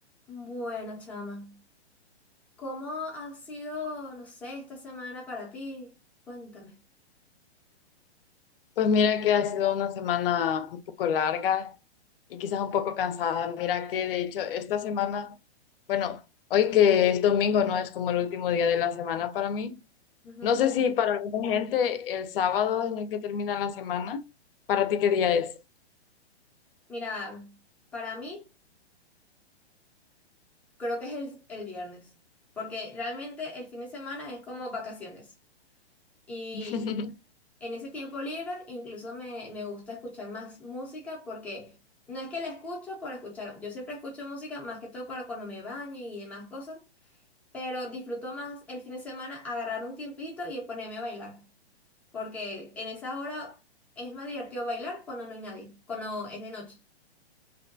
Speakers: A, in the centre; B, on the left.
A: Bueno, chama, ¿cómo ha sido, no sé, esta semana para ti? Cuéntame.
B: Pues mira que ha sido una semana un poco larga y quizás un poco cansada. Mira que de hecho esta semana, bueno, hoy que es domingo, no es como el último día de la semana para mí.
A: Ujú.
B: No sé si para alguna gente el sábado es el que termina la semana. ¿Para ti qué día es?
A: Mira, para mí creo que es el, el viernes, porque realmente el fin de semana es como vacaciones. Y
B: <laughs>
A: en ese tiempo libre incluso me, me gusta escuchar más música porque no es que la escucho por escuchar, yo siempre escucho música más que todo para cuando me baño y demás cosas, pero disfruto más el fin de semana agarrar un tiempito y ponerme a bailar. Porque en esa hora es más divertido bailar cuando no hay nadie, cuando es de noche.